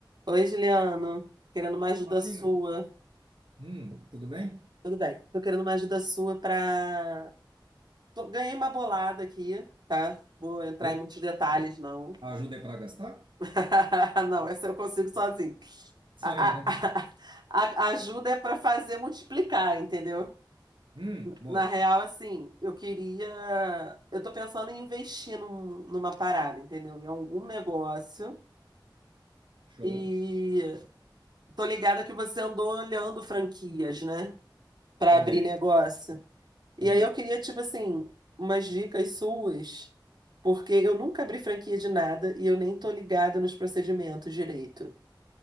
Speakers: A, on the right; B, on the right.
A: Oi, Juliano. Querendo uma ajuda
B: Fala,
A: sua.
B: Nina. Hum, tudo bem?
A: Tudo bem. Tô querendo uma ajuda sua pra. Tô- Ganhei uma bolada aqui, tá? Vou entrar
B: Opa,
A: em muitos detalhes, não.
B: ajudei para gastar?
A: <laughs> Não, essa eu consigo sozinho.
B: Sonha,
A: A,
B: né?
A: a- a- a ajuda é pra fazer multiplicar, entendeu?
B: Hum, boa.
A: Na real, assim, eu queria. Eu tô pensando em investir num- numa parada, entendeu? Em algum negócio.
B: Show.
A: E tô ligada que você andou olhando franquias, né? Pra
B: Andei,
A: abrir negócio. E
B: andei.
A: aí eu queria, tipo assim, umas dicas suas, porque eu nunca abri franquia de nada e eu nem tô ligada nos procedimentos direito,